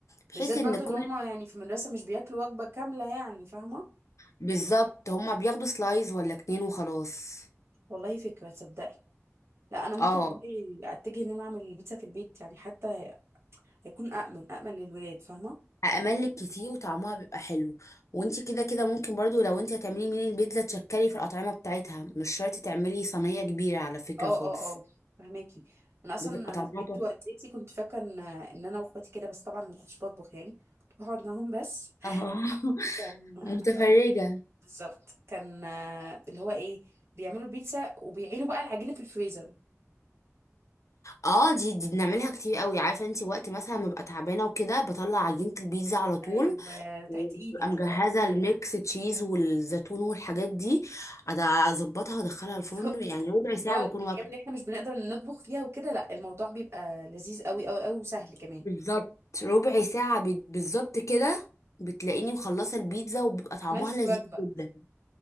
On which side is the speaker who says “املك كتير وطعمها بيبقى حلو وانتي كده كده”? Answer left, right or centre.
Left